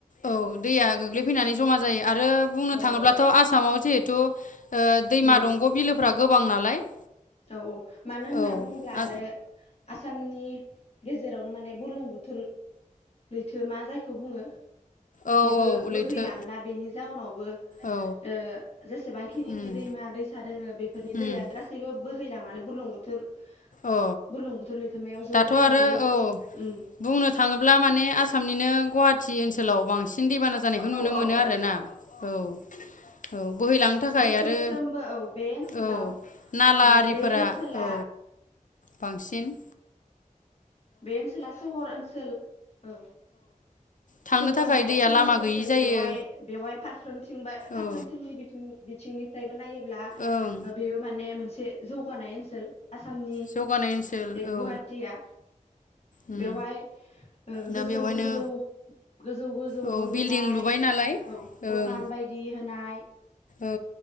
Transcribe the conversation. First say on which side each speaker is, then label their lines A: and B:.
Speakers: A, on the left (about 70°); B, on the left (about 50°).
A: औ दैया गोग्लैफैनानै जमा जायो आरो बुंनो
B: औ
A: थाङोब्लाथ'
B: औ
A: आसामाव जिहेतु ओ दैमा
B: उम
A: दंग' बिलोफ्रा गोबां नालाय
B: औ औ मानो होनना
A: औ
B: बुङोब्ला आरो
A: आ
B: आसामनि गेजेरावनो माने बुरलुं बोथोर लैथो मा जायखौ बुङो
A: औ
B: बेबो
A: औ
B: बोहैलाङोना
A: लैथो
B: बेनि जाउनावबो
A: औ
B: ओ जेसेबांखिनि
A: उम
B: दैमा दैसा दोङो बेफोरनि
A: उम
B: दैया गासैबो बो लांनानै बुरलुंबुथुर
A: अ
B: बुरलुंबुथुर लैथोमायाव ज'
A: दाथ'
B: जाहैजोबो
A: आरो औ
B: उम
A: बुंनो थाङोब्ला माने आसामनिनो गुवाहाट थि ओनसोलाव बांसिन दैबाना जानायखौ नुनो
B: औ औ
A: मोनो
B: औ
A: आरोना औ औ बोहैलांनो थाखाय
B: बोसोरफ्रोमबो
A: आरो
B: औ बे ओनसोलाव
A: औ नाला
B: माने
A: आरिफोरा
B: बे ओनसोला
A: औ बांसिन
B: बे ओनसोला सहर ओनसोल औ
A: थांनो
B: जौगानाय
A: थाखाय दैया
B: सहर
A: लामा
B: ओनसोल
A: गैयि जायो
B: बेवहाय बेवहाय फारफ्रोमथिं बो फारफ्रोमथिंनि
A: औ
B: बिथिं थिंनिफ्राय नायोब्ला
A: ओं
B: बेयो माने मोनसे ए जौगानाय ओनसोल आसामनि
A: जौगानाय ओनसोल
B: बे
A: औ
B: गुवाहाटिया
A: उम
B: बेवहाय ओ
A: दा
B: गोजौ
A: बेवहायनो
B: गोजौ गोजौ गोजौ
A: औ
B: न' लुनाय
A: बिल्डिं लुबाय नालाय
B: दखान
A: ओं
B: बायदि होनाय
A: औ